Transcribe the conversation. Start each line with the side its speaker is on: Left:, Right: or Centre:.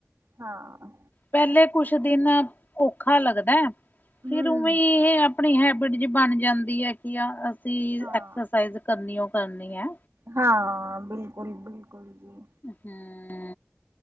Right: ਹਾਂ।
Left: ਪੈਲੇ ਕੁੱਛ ਦਿਨ ਔਖਾ ਲੱਗਦਾ,
Right: ਹਮ
Left: ਫਿਰ ਉਵੇਂ ਈ ਐ ਆਪਨੀ ਹੈਬਿਟ ਜੀ ਬਨ ਜਾਂਦੀ ਐ ਕੇ ਆ ਅਸੀਂ
Right: ਹਾਂ
Left: ਐਕਸਰਸਾਈਜ਼ ਕਰਨੀ ਓ ਕਰਨੀ ਐ।
Right: ਹਾਂ ਬਿਲਕੁਲ-ਬਿਲਕੁਲ ਜੀ।
Left: ਹੂੰ।